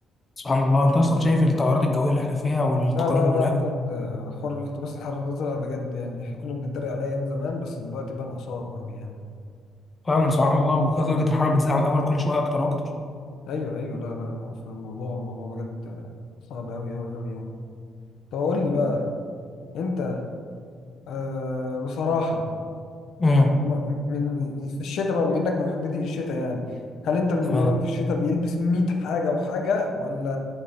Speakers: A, on the left; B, on the left.
A: سبحان الله انت اصلا شايف التغيرات الجويه اللي احنا فيها والتقلب
B: لا لا لا
A: المناخ
B: بجد آه، حوار الاحتباس الحراري ده طلع بجد يعني احنا كنا بنتريق عليه أيام زمان بس دلوقتي بقى آثاره أوي يعني
A: فعلا سبحان الله ودرجه الحراره بتزيد عن الاول كل شويه اكتر واكتر
B: أيوه أيوه لا لا لا في الموضوع الموضوع بجد آه، صعب أوي أوي أوي يعني طب قول لي بقى أنت آه بصراحة
A: امم
B: من من- في الشتاء بقى بما انك من محبتي في الشتاء يعني هل انت من
A: تمام
B: النوع اللي في الشتاء بيلبس 100 حاجة وحاجة ولا